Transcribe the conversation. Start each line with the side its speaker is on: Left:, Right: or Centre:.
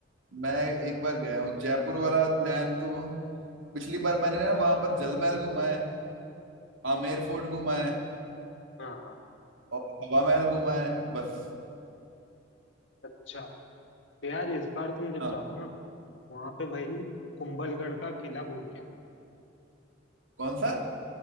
Right: मैं एक बार गया हूँ जयपुर वाला प्लान तो पिछली बार मैंने ना वहां पर जल महल घूमा है आमेर फोर्ट घूमा है
Left: हाँ हाँ
Right: और हवा महल घूमा है बस
Left: अच्छा तो यार इस बार तुम जब
Right: हाँ
Left: जाओ ना वहां पे भाई कुंभलगढ़ का किला घूम गया
Right: कौन सा